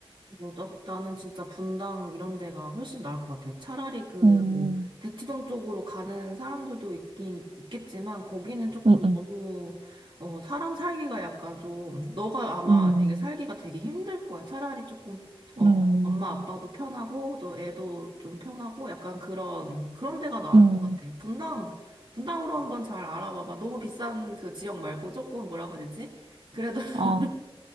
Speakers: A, on the right; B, on the right.
A: 뭐, 나, 나는 진짜 분당 이런 데가 훨씬 나을 것 같아. 차라리 그,
B: 음,
A: 뭐, 대치동 쪽으로 가는 사람들도 있긴, 있겠지만, 거기는 조금
B: 음, 음,
A: 너무, 어, 사람 살기가 약간 좀, 너가 아마
B: 음,
A: 되게 살기가 되게 힘들 거야. 차라리 조금, 어,
B: 음, 음.
A: 엄마 아빠도 편하고, 또 애도 좀 편하고, 약간 그런, 그런 데가 나을
B: 음.
A: 것 같아. 분당, 분당으로 한번 잘 알아봐봐. 너무 비싼 그 지역 말고 조금 뭐라고 해야 되지? 그래도
B: 어,
A: <laughs>